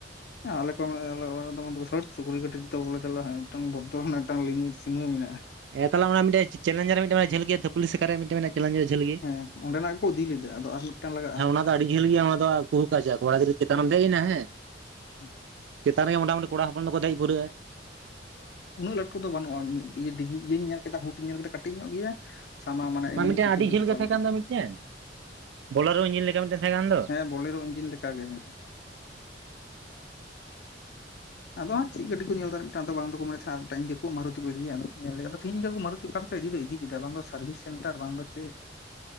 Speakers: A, on the left; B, on the right.
A: ᱟᱞᱮ ᱠᱚ ᱚᱲᱟᱜ <unintelligible> ᱵᱚᱞᱮ ᱪᱟᱞᱟᱜᱼᱟ ᱢᱤᱫ ᱵᱚᱫᱽᱨᱚ ᱨᱮᱱᱟᱜ ᱢᱤᱫᱴᱟᱝ ᱞᱤᱢᱤᱴ ᱥᱤᱢᱟᱹ ᱢᱮᱱᱟᱜᱼᱟ
B: ᱦᱮᱸ ᱛᱟᱦᱚᱞᱮ ᱚᱱᱟ ᱢᱤᱫᱴᱮᱡ ᱪᱮᱞᱧᱡᱟᱨ ᱨᱮ ᱢᱤᱫᱴᱟᱱ ᱡᱷᱟᱹᱞ ᱜᱮ ᱛᱚ ᱯᱩᱞᱤᱥ ᱥᱮᱠᱟᱨ ᱨᱮ ᱢᱤᱫᱴᱟᱱ ᱪᱮᱞᱮᱧᱡᱟᱨ ᱡᱷᱟᱹᱞ
A: ᱦᱮᱸ ᱚᱸᱰᱮᱱᱟᱜ ᱜᱮᱠᱚ ᱤᱫᱤ ᱞᱮᱫᱟ ᱟᱫᱚ ᱟᱨ ᱢᱤᱫᱴᱟᱝ ᱞᱟᱜᱟᱜᱼᱟ
B: ᱦᱮᱸ ᱚᱱᱟ ᱫᱚ ᱟᱹᱰᱤ ᱡᱷᱟᱹᱞ ᱜᱮᱭᱟ ᱚᱱᱟ ᱫᱚ <unintelligible> ᱠᱚᱲᱟ ᱜᱤᱫᱨᱟ. ᱪᱮᱛᱟᱱ ᱨᱮᱢ ᱫᱮᱡ ᱱᱟ ᱦᱮ
A: <inaudible>
B: ᱪᱮᱛᱟᱱ ᱨᱮᱜᱮ ᱢᱚᱴᱟᱢᱩᱴᱤ ᱠᱚᱲᱟ ᱦᱚᱯᱚᱱ ᱫᱚᱠᱚ ᱫᱮᱡ ᱯᱩᱨᱟᱹᱜᱼᱟ
A: ᱩᱱᱟᱹᱜ ᱞᱟᱹᱴᱩ ᱫᱚ ᱵᱟᱹᱱᱩᱜᱼᱟ ᱤᱭᱟᱹᱧ ᱧᱮᱞ ᱠᱮᱫᱟ ᱦᱩᱴᱤᱧ ᱧᱮᱞ ᱠᱮᱫᱟ ᱠᱟᱹᱴᱤᱡ ᱧᱚᱜ ᱜᱮᱭᱟ ᱥᱟᱢᱟ ᱢᱟᱱᱮ
B: ᱢᱟ
A: ᱮᱢᱱᱤ
B: ᱢᱤᱫᱴᱮᱱ
A: ᱠᱤᱪᱷᱩ
B: ᱟᱹᱰᱤ
A: ᱫᱩᱲᱩᱵ
B: ᱡᱷᱟᱹᱞ
A: ᱵᱟᱲᱟ
B: ᱜᱮ ᱛᱟᱦᱮᱸ
A: ᱞᱟᱹᱜᱤᱫ
B: ᱠᱟᱱ ᱫᱚ ᱢᱤᱫᱴᱮᱱ ᱵᱚᱞᱟᱨᱳ ᱤᱧᱡᱤᱱ ᱞᱮᱠᱟ ᱢᱤᱫᱴᱮᱱ ᱛᱟᱦᱮᱸ ᱠᱟᱱ ᱫᱚ
A: ᱦᱮᱸ ᱵᱞᱮᱨᱳ ᱤᱧᱡᱤᱱ ᱞᱮᱠᱟ ᱜᱮ ᱦᱮ ᱟᱫᱚ ᱦᱟᱸᱜ ᱪᱮᱫ ᱜᱟᱹᱰᱤ ᱠᱚ ᱧᱮᱞ ᱫᱟ ᱢᱤᱫᱴᱟᱝ ᱫᱚ ᱵᱟᱝ ᱫᱚᱠᱚ ᱢᱮᱱᱮᱫ ᱤᱧ ᱜᱮ ᱠᱚ ᱢᱟᱨᱩᱛᱤ ᱠᱚ ᱤᱫᱤᱭᱟ ᱟᱫᱚ ᱧᱮᱞ ᱞᱮᱜᱮ ᱛᱮᱦᱮᱧ ᱜᱮ ᱠᱚ ᱢᱟᱨᱩ ᱛᱩ ᱚᱠᱟᱛᱮ ᱪᱚᱭ ᱤᱫᱤ ᱫᱚᱭ ᱤᱫᱤ ᱠᱮᱫᱟ ᱵᱟᱝ ᱫᱚ ᱥᱟᱨᱵᱷᱤᱥ ᱥᱮᱱᱴᱟᱨ ᱵᱟᱝ ᱫᱚ ᱪᱮᱫ